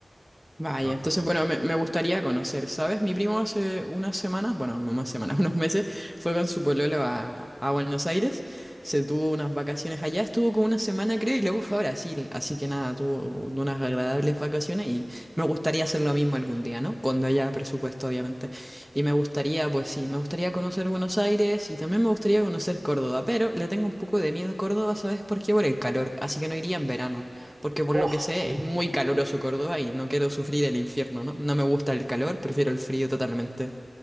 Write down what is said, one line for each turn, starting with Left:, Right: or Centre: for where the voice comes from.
Centre: Vaya,
Right: Está bastante
Centre: entonces,
Right: bueno.
Centre: bueno, me, me gustaría conocer, ¿sabes? Mi primo hace unas semanas, bueno, no más semanas, <laughs> unos meses, fue con su pololo a, a Buenos Aires, se tuvo unas vacaciones allá, estuvo como una semana creo y luego fue a Brasil, así que nada, tuvo unas agradables vacaciones y me gustaría hacer lo mismo algún día, ¿no? Cuando haya presupuesto, obviamente. Y me gustaría, pues sí, me gustaría conocer Buenos Aires y también me gustaría conocer Córdoba, pero le tengo un poco de miedo a Córdoba, ¿sabes? Porque por qué? Por el calor, así que no iría en verano. Porque por
Right: Oh,
Centre: lo que sé
Right: sí.
Centre: es muy caluroso Córdoba y no quiero sufrir el infierno, ¿no? No me gusta el calor, prefiero el frío totalmente.